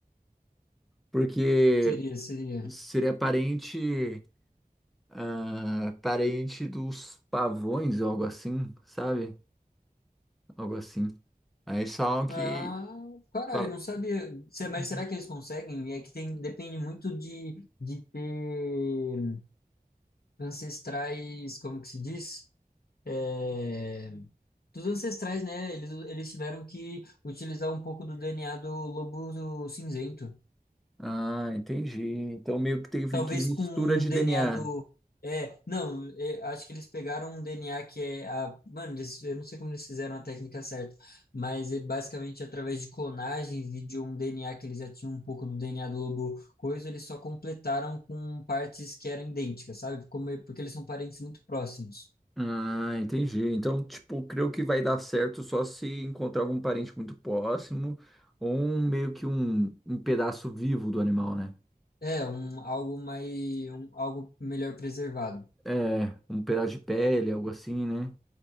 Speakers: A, in the centre; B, on the left.
A: Porque
B: Seria, seria.
A: seria parente. ah, parente dos pavões ou algo assim, sabe? Algo assim. Aí só que.
B: Ah, caralho,
A: fala-
B: não sabia. Se-
A: "Uhum".
B: é, Mas será que eles conseguem? É que tem, depende muito de, de ter ancestrais, como que se diz? É... Dos ancestrais, né? Eles, eles tiveram que utilizar um pouco do DNA do lobo cinzento.
A: Ah, entendi. Então meio que teve
B: Talvez
A: que mistura
B: com um
A: de
B: DNA
A: DNA.
B: do. É, não, é, acho que eles pegaram um DNA que é a. Mano, eles, eu não sei como eles fizeram a técnica certa, mas é basicamente através de clonagem e de um DNA que eles já tinham um pouco no DNA do lobo coisa, eles só completaram com partes que eram idênticas, sabe? Como, é- porque eles são parentes muito próximos.
A: Ah, entendi. Então, tipo, creio que vai dar certo só se encontrar algum parente muito próximo ou um, meio que um, um pedaço vivo do animal, né?
B: É, um, algo mais. Um, algo melhor preservado.
A: É, um pedaço de pele, algo assim, né?